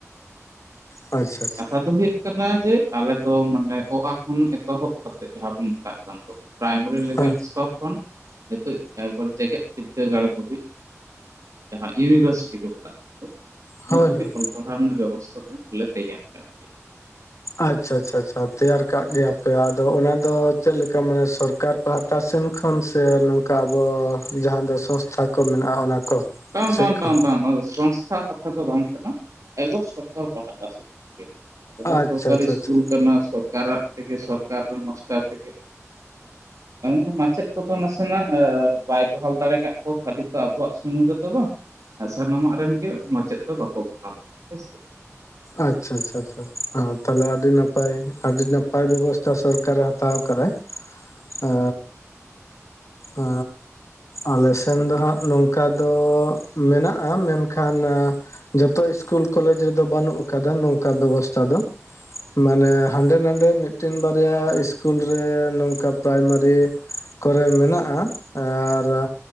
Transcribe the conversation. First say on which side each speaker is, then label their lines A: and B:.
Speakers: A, on the left; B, on the right.
A: ᱟᱪᱪᱷᱟ ᱟᱪᱪᱷᱟ
B: ᱠᱟᱛᱷᱟ ᱫᱚ ᱦᱩᱭᱩᱜ ᱠᱟᱱᱟ ᱡᱮ ᱟᱞᱮ ᱫᱚ ᱢᱟᱱᱮ ᱚ ᱟ ᱠᱷᱚᱱ ᱮᱛᱚᱦᱚᱵ ᱠᱟᱛᱮᱫ ᱡᱟᱦᱟᱸ ᱵᱚᱱ ᱢᱮᱛᱟᱜ ᱠᱟᱱ ᱫᱚ ᱯᱨᱟᱭᱢᱟᱨᱤ ᱞᱮᱵᱮᱞ
A: ᱦᱮᱸ
B: ᱥᱛᱚᱨ ᱠᱷᱚᱱ ᱱᱤᱛᱚᱜ ᱮᱠᱵᱟᱨᱮ ᱡᱮᱜᱮᱫ ᱵᱤᱫᱽᱫᱟᱹᱜᱟᱲ ᱫᱷᱟᱹᱵᱤᱡ ᱡᱟᱦᱟᱸ ᱤᱭᱩᱱᱤᱵᱷᱟᱨᱥᱤᱴᱤ ᱠᱚ ᱢᱮᱛᱟᱜ ᱠᱟᱱ ᱫᱚ ᱩᱱᱟᱹᱜ
A: ᱦᱳᱭ
B: ᱫᱷᱟᱹᱵᱤᱡ
A: ᱦᱳᱭ
B: ᱚᱞ ᱯᱟᱲᱦᱟᱣ ᱨᱮᱱᱟᱜ ᱵᱮᱵᱚᱥᱛᱷᱟ ᱫᱚᱞᱮ ᱛᱮᱭᱟᱨ ᱠᱟᱜ ᱯᱮᱭᱟ ᱾
A: ᱟᱪᱪᱷᱟ ᱟᱪᱪᱷᱟ ᱟᱪᱪᱷᱟ ᱛᱮᱭᱟᱨ ᱠᱟᱜ ᱜᱮᱭᱟᱯᱮ ᱟᱫᱚ ᱚᱱᱟ ᱫᱚ ᱪᱮᱫ ᱞᱮᱠᱟ ᱢᱟᱱᱮ ᱥᱚᱨᱠᱟᱨ ᱯᱟᱦᱴᱟ ᱯᱟᱦᱴᱟ ᱥᱮᱱ ᱠᱷᱚᱱ ᱥᱮ ᱱᱚᱝᱠᱟ ᱟᱵᱚ ᱡᱟᱦᱟᱸ ᱫᱚ ᱥᱚᱝᱥᱛᱷᱟ ᱠᱚ ᱢᱮᱱᱟᱜᱼᱟ ᱚᱱᱟ ᱠᱚ
B: ᱵᱟᱝ
A: ᱥᱮᱫ
B: ᱵᱟᱝ
A: ᱠᱷᱚᱱ
B: ᱵᱟᱝ ᱵᱟᱝ ᱥᱚᱝᱥᱛᱷᱟ ᱠᱟᱛᱷᱟ ᱫᱚ ᱵᱟᱝ ᱠᱟᱱᱟ ᱠᱟᱱᱟ ᱮᱠᱫᱚᱢ ᱥᱚᱨᱠᱟᱨ ᱯᱟᱦᱴᱟ ᱥᱮᱫ ᱜᱮ
A: ᱟᱪᱪᱷᱟ
B: ᱥᱚᱨᱠᱟᱨᱤ
A: ᱟᱪᱪᱷᱟ
B: ᱥᱠᱩᱞ
A: ᱟᱪᱪᱷᱟ
B: ᱠᱟᱱᱟ ᱥᱚᱨᱠᱟᱨᱟᱜ ᱛᱮᱜᱮ ᱥᱚᱨᱠᱟᱨ ᱨᱮᱱ ᱢᱟᱥᱴᱟᱨ ᱛᱮᱜᱮ ᱫᱚ ᱢᱟᱪᱮᱫ ᱠᱚᱫᱚ ᱱᱟᱥᱮᱱᱟᱜ ᱵᱟᱭ ᱵᱚᱦᱟᱞ ᱫᱟᱲᱮ ᱠᱟᱫ ᱠᱚᱣᱟ ᱠᱷᱟᱹᱞᱤ ᱛᱚ ᱟᱵᱚᱣᱟᱜ ᱥᱚᱢ ᱛᱮ ᱵᱟᱝ ᱥᱟᱱᱟᱢᱟᱜ ᱨᱮᱱ ᱜᱮ ᱢᱟᱪᱮᱫ ᱫᱚ ᱵᱟᱠᱚ ᱵᱚᱦᱟᱞ ᱟᱠᱟᱱᱟ ᱾
A: ᱟᱪᱪᱷᱟ ᱟᱪᱪᱷᱟ ᱛᱟᱦᱞᱮ ᱟᱹᱰᱤ ᱱᱟᱯᱟᱭ ᱟᱹᱰᱤ ᱱᱟᱯᱟᱭ ᱵᱮᱵᱚᱥᱛᱷᱟ ᱥᱚᱨᱠᱟᱨᱮ ᱦᱟᱛᱟᱣ ᱟᱠᱟᱫᱟᱭ ᱾ ᱟ ᱟ ᱟᱞᱮᱥᱮᱱ ᱫᱚ ᱦᱟᱸᱜ ᱱᱚᱝᱠᱟ ᱫᱚ ᱢᱮᱱᱟᱜᱼᱟ ᱢᱮᱱᱠᱷᱟᱱ ᱡᱚᱛᱚ ᱤᱥᱠᱩᱞ ᱠᱚᱞᱮᱡᱽ ᱨᱮᱫᱚ ᱵᱟᱹᱱᱩᱜ ᱟᱠᱟᱫᱟ ᱱᱚᱝᱠᱟ ᱵᱮᱵᱚᱥᱛᱷᱟ ᱫᱚ ᱢᱟᱱᱮ ᱦᱟᱸᱰᱮ ᱱᱟᱰᱮ ᱢᱤᱫᱴᱮᱱ ᱵᱟᱨᱭᱟ ᱤᱥᱠᱩᱞ ᱨᱮ ᱱᱚᱝᱠᱟ ᱯᱨᱟᱭᱢᱟᱨᱤ ᱠᱚᱨᱮ ᱢᱮᱱᱟᱜᱼᱟ ᱟᱨ